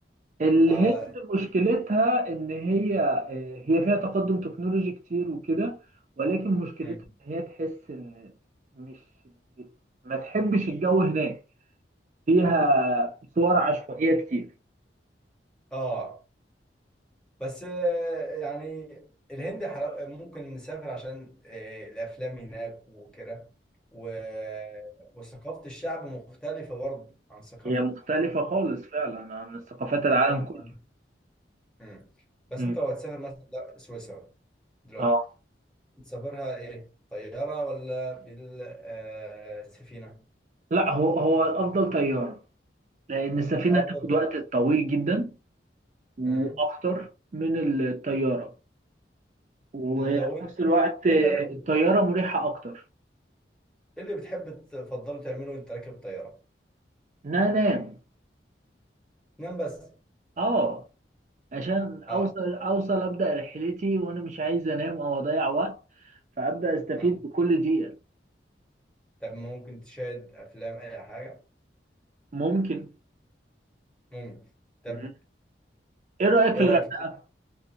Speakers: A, on the right; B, in the centre.
A: الهند
B: آه،
A: مشكلتها ان هي آه، هي فيها تقدم تكنولوجي كتير وكده ولكن مشكلتها
B: مم.
A: ان هي تحس ان مش ما تحبش الجو هناك فيها صور عشوائية كتير
B: اه بس آه، يعني الهند حلو... ممكن نسافر عشان آه، الافلام هناك وكده و... وثقافة الشعب مختلفة برضه عن ثقافة
A: هي مختلفة خالص فعلا عن ثقافات العالم
B: مختلفة
A: كله
B: عن... مم. بس
A: امم
B: انت لو هتسافر مثلا ده سويسرا دلوقتي
A: اه
B: تسافرها ايه طيارة ولا بالسفينة
A: لا هو هو الافضل طيارة لان السفينة
B: الافضل
A: هتاخد
B: طيارة
A: وقت طويل جدا واخطر
B: مم.
A: من الطيارة وفي
B: لو انت
A: نفس الوقت
B: وانت راكب
A: الطيارة مريحة أكتر
B: ايه اللي بتحب تفضله تعمله وانت راكب الطيارة
A: إن أنا أنام
B: نام بس
A: أه عشان أوصل
B: اه
A: أوصل أبدأ رحلتي وأنا مش عايز أنام أو أضيع وقت فأبدأ أستفيد
B: آه.
A: بكل دقيقة
B: طب ممكن تشاهد افلام اي حاجه
A: ممكن
B: ممكن طب
A: مم. إيه رأيك في
B: ايه
A: الغردقة؟
B: رايك في